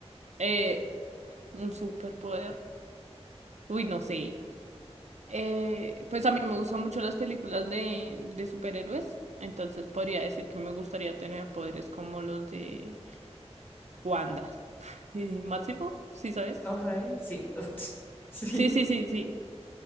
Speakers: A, on the right (about 80°); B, on the left (about 15°).
A: eh, un superpoder. Uy, no sé. Eh, pues a mí me gustan mucho las películas de, de superhéroes, entonces podría decir que me gustaría tener poderes como los de Wanda. <laughs> ¿Y Maximoff? ¿Sí sabes?
B: Ok, sí, <laughs> sí,
A: Sí, sí, sí, sí.